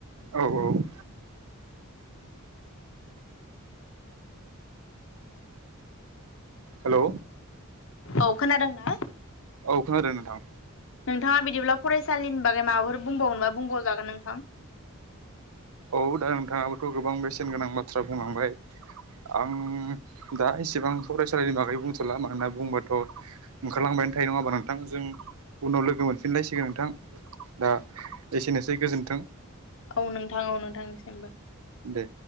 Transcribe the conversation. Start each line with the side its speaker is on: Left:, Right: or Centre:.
Right: औ - औ।
Left: बुंफिननो सानबावदोंबा बुंजागोन
Right: हेलौ
Left: नोंथां। औ खोनादोंना?
Right: औ खोनादों नोंथां।
Left: नोंथाङा बिदिब्ला फरायसालिनि बागै माबाफोर बुंबावनोबा बुंबावजागोन नोंथां।
Right: औ दा नोंथाङाबोथ' गोबां बेसेन गोनां बाथ्रा बुंलांबाय। आं दा एसेबां फरायसालिनि बागै बुंथ'ला मानोना बुंबाथ' ओंखारलां थायो नङााबा नोंथां जों उनाव लोगो मोनफिनलायसिगोन नोंथां। दा एसेनोसै गोजोन्थों।
Left: औ नोंथां औ नोंथांनिसिमबो।
Right: दे।